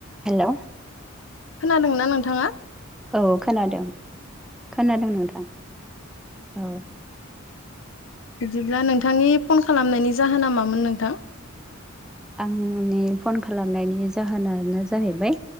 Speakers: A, in the centre; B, on the left (about 65°).
A: हेल'
B: खोनादोंना नोंथाङा?
A: औ खोनादों खोनादों नोंथां औ।
B: बिदिब्ला नोंथांनि फन खालामनायनि जाहोना मामोन नोंथां?
A: आं नि फन खालामनायनि जाहोनानो जाहैबाय